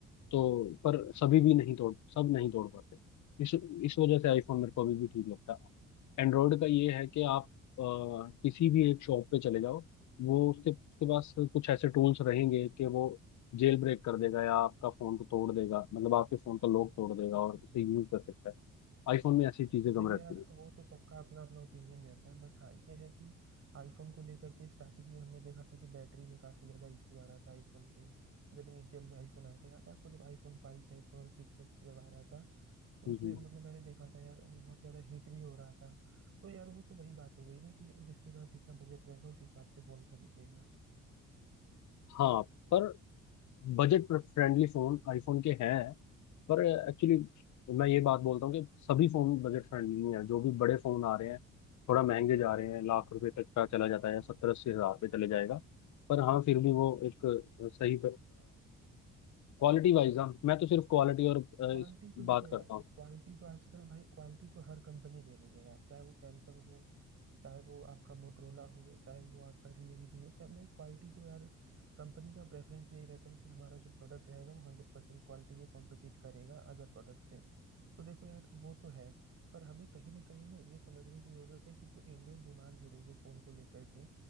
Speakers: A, on the left; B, on the right.
A: तो पर सभी भी नहीं तोड़ सब नहीं तोड़ पाते इस इस वजह से आईफोन मेरे को अभी भी ठीक लगता है एंड्रॉयड का ये है कि आप अ, किसी भी एक शॉप पे चले जाओ वो उसके उसके पास कुछ ऐसे टूल्स रहेंगे कि वो जेल ब्रेक कर देगा या आपका फोन को तोड़ देगा मतलब आपके फोन का लॉक तोड़ देगा और उसे यूज कर सकता है आईफोन में ऐसी चीजें कम
B: देखो
A: रहती
B: यार
A: हैं
B: वो तो सबका अपना अपना ओपिनियन रहता है बट हाँ ये है कि आईफोन को लेकर के स्टार्टिंग में हमने देखा था कि बैटरी में काफी ज्यादा इशू आ रहा था आईफोन के जब इनिशियल में आईफोन आया था याद है आपको जब आईफोन फाइव एस और सिक्स एक्स जब आ रहा था तो
A: हम्म,
B: उसमें मतलब मैंने देखा था यार वो बहुत ज्यादा हीट भी हो रहा था तो यार वो तो वही बात हो गई ना कि जिसके पास जितना बजट रहेगा उस हिसाब से फोन खरीदेगा
A: हाँ पर बजट फ्रेंडली फोन आईफोन के हैं पर एक्चुअली मैं ये बात बोलता हूँ कि सभी फोन बजट फ्रेंडली नहीं है जो भी बड़े फोन आ रहे हैं थोड़ा महंगे जा रहे हैं लाख रुपए तक का चला जाता है सत्तर अस्सी हजार रुपये चले जाएगा पर हाँ फिर भी वो एक सही क्वालिटी वाइज हाँ मैं तो सिर्फ क्वालिटी और अ,
B: क्वालिटी
A: इस
B: तो देखो
A: बात
B: यार
A: करता हूँ
B: क्वालिटी तो आजकल भाई क्वालिटी तो हर कंपनी दे रही है यार चाहे वो सैमसंग हो चाहे वो आपका मोटरोला हो चाहे वो आपका रियलमी हो सैमसंग भाई क्वालिटी तो यार कंपनी का प्रेफरेंस यही रहता है कि हमारा जो प्रोडक्ट रहेगा वो हंड्रेड परसेंट क्वालिटी को कॉम्पिटिट करेगा अदर प्रोडक्ट से तो देखो यार वो तो है पर हमें कहीं ना कहीं ना ये समझने की जरूरत है कि जो इंडियन डिमांड हो रही है फोन को लेकर के